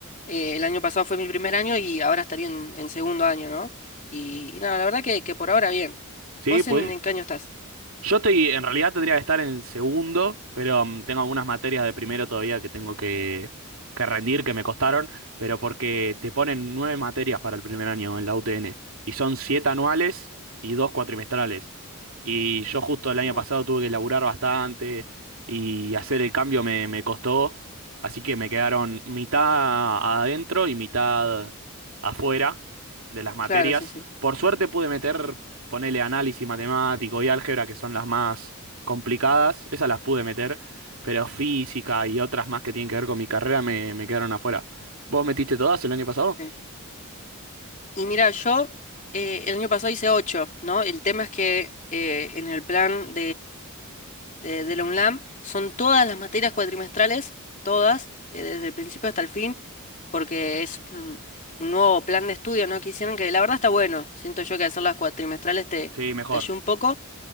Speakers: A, on the left (about 35°); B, on the right (about 65°).
A: eh, el año pasado fue mi primer año y ahora estaría en, en segundo año, ¿no? Y, y nada, la verdad que, que por ahora bien.
B: Sí,
A: ¿Vos
B: pues
A: en, en qué año estás?
B: Yo estoy, en realidad tendría que estar en segundo, pero mm, tengo algunas materias de primero todavía que tengo que, que rendir, que me costaron, pero porque te ponen nueve materias para el primer año en la UTN, y son siete anuales y dos cuatrimestrales. Y yo justo el año
A: Ujú.
B: pasado tuve que laburar bastante y hacer el cambio me, me costó, así que me quedaron mitad adentro y mitad afuera de las materias.
A: Claro, sí, sí.
B: Por suerte pude meter ponele análisis matemático y álgebra, que son las más complicadas, esas las pude meter, pero física y otras más que tienen que ver con mi carrera me, me quedaron afuera. ¿Vos metiste todas el año pasado?
A: sí. Y mira, yo eh, el año pasado hice ocho, ¿no? El tema es que eh, en el plan de, de la UNLAM son todas las materias cuatrimestrales, todas, eh, desde el principio hasta el fin, porque es un, un nuevo plan de estudio, ¿no? que hicieron que la verdad está bueno. Siento yo que hacer las cuatrimestrales te,
B: Sí, mejor,
A: te ayuda un poco,